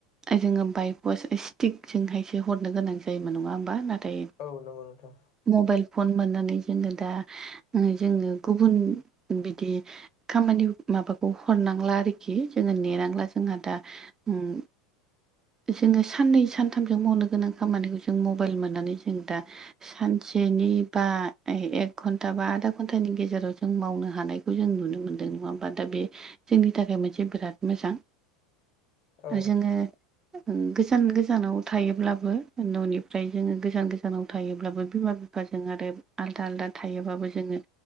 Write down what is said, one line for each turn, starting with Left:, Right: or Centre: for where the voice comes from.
Right: जोङो बाइकवास स्टिकजोंहायसो हरनो गोनां जायोमोन नङा होमबा नाथाय
Left: औ नंगौ नोंथां
Right: मबाइल फन मोननानै जोङो दा जोङो गुबुन बिदि खामानि माबा खौ हरनांला आरोखि जोङो नेनांला जोंहा दा उम जोङो साननै सानथामजों मावनो गोनां खामानिखौ जों मबाइल मोननानै जों दा सानसेनि बा एक घन्टा बा आदा घन्टानि गेजेराव जों मावनो हानाय खौ जों नुनो मोन्दों नङा होमबा दा बे जोंनि थाखाय मोनसे बिराद मोजां।
Left: औ
Right: जोङो गोजान गोजानाव थायोब्लाबो न'निफ्राय जोङो गोजान गोजानाव थायोब्लाबो बिमा बि फाजों आरो आलदा आलदा थायोबाबो जोङो